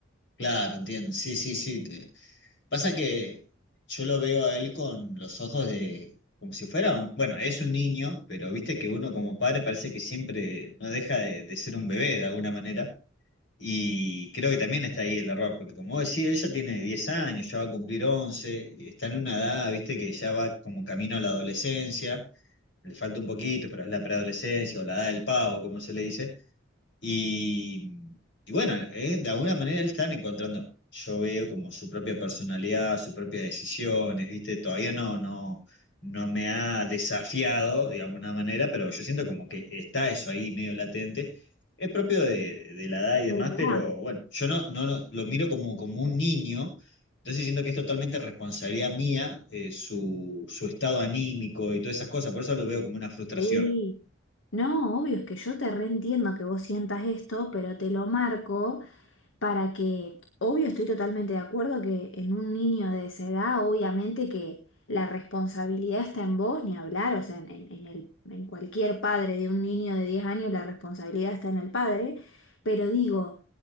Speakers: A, on the left (about 65°); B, on the left (about 80°).
A: claro, entiendo. Sí, sí, sí. te- Pasa que yo lo veo a él con los ojos de, como si fuera un, bueno, es un niño, pero viste que uno como padre parece que siempre no deja de, de ser un bebé de alguna manera. Y creo que también está ahí el error, porque como vos decís, él ya tiene 10 años, ya va a cumplir once está en una edad, viste, que ya va como camino a la adolescencia, le falta un poquito, pero es la preadolescencia o la edad del pavo, como se le dice. Y, y bueno, eh, de alguna manera él está encontrando, yo veo como su propia personalidad, sus propias decisiones, ¿viste? Todavía no, no, no me ha desafiado de alguna manera, pero yo siento como que está eso ahí medio latente. Es propio de, de la edad y demás,
B: De la edad.
A: pero bueno, yo no, no, no- lo miro como, como un niño, entonces siento que es totalmente responsabilidad mía, eh, su, su estado anímico y todas esas cosas, por eso lo veo como una frustración.
B: Sí. No, obvio, es que yo te reentiendo que vos sientas esto, pero te lo marco. para que, obvio, estoy totalmente de acuerdo que en un niño de esa edad, obviamente que la responsabilidad está en vos, ni hablar, o sea, en, en- en el, en cualquier padre de un niño de 10 años, la responsabilidad está en el padre, pero digo,